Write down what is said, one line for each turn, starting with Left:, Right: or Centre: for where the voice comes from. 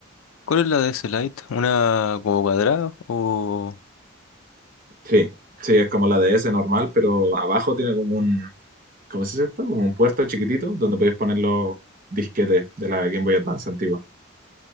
Left: ¿Cuál es la DS Lite? ¿Una como cuadrada o...?
Right: Sí, sí, es como la DS normal, pero abajo tiene como un, ¿cómo se dice esto? Como un puerto chiquitito donde podéis poner los disquetes de la Game Boy Advance antigua.